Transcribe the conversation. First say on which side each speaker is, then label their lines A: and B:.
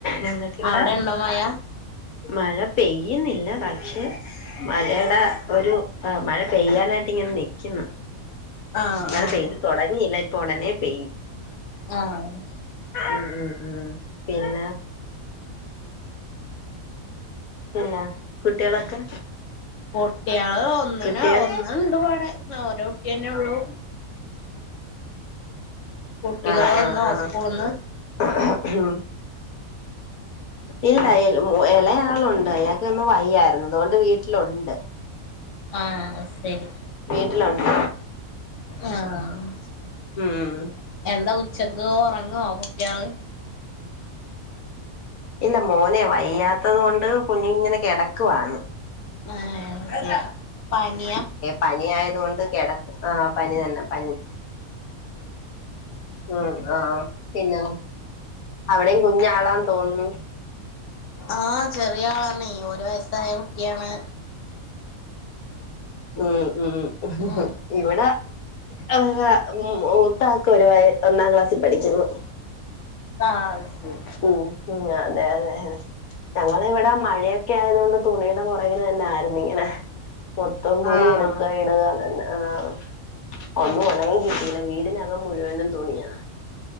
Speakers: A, on the left (about 75°); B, on the left (about 60°).
A: ഞങ്ങക്കിവിടെ
B: അവിടെ ഇണ്ടോ മഴ
A: മഴ പെയ്യിന്നില്ല പക്ഷെ മഴയെടെ ഒരു മഴ പെയ്യാനായിട്ട് ഇങ്ങനെ നി ക്കിന്ന്
B: ആഹ്
A: മഴ
B: ആഹ്
A: പെയ്ത് തൊടങ്ങിയില്ല ഇപ്പൊ ഒടനെ പെയ്യും
B: ആഹ്
A: ഉം ഉം ഉം പിന്നാ പിന്ന കുട്ടികളൊക്കെ
B: കുട്ടിയള് ഒന്നിന
A: കുട്ടികൾ
B: ഒന്നുണ്ട് ഇവടെ ഒരു കുട്ടി തന്നെ ഉള്ളൂ കുട്ടികള്
A: ആഹ്
B: വന്നോ
A: ആഹ്
B: സ്കൂള്ന്ന്
A: ആഹ് ആഹ് ഇല്ല ഇ മു ഇളയാളുണ്ട് അയാക്കിന്ന് വയ്യായിരുന്നു അതോണ്ട് വീട്ടിലുണ്ട്
B: ആഹ് ആഹ് സെരി
A: വീട്ടിലൊണ്ട്
B: ആഹ്
A: ഉം
B: എന്താ ഉച്ചക്ക് ഉറങ്ങുവോ കുട്ടികള്
A: ഇല്ല മോനെ വയ്യാത്തത് കൊണ്ട് കുഞ്ഞ് ഇങ്ങനെ കിടക്കുവാണ്
B: ആഹ് സെരി പനിയാ
A: പനി ആയതുകൊണ്ട് കിടക്ക ആ പനി തന്നെ പനി ഉം ആഹ് പിന്ന അവിടെയും കുഞ്ഞാളാന്ന് തോന്നുന്നു
B: ആഹ് ചെറിയ ആളാണെ ഒരു വയസ്സായ കുട്ടിയാണ്
A: ഉം ഉം
B: ഉം
A: ഇവിടെ <unintelligible> മൂത്താക്ക് ഒരു വയ ഒന്നാം ക്ലാസ്സിൽ പഠിക്കുന്നു
B: ആഹ് ശരി
A: ഉം ഉം അതെ അതെ അതെ ഞങ്ങളിവിടെ മഴയൊക്കെ ആയതു കൊണ്ട് തുണിയുടെ പൊറകിൽ തന്നെ ആയിരുന്നു ഇങ്ങനെ മൊത്തം തുണി
B: ആഹ്
A: എടുക്ക ഇടുക അതന്നെ ആഹ് ഒന്നും
B: ഉം
A: ഉണങ്ങി കിട്ടീല്ല വീടിനകം മുഴുവനും തുണിയാ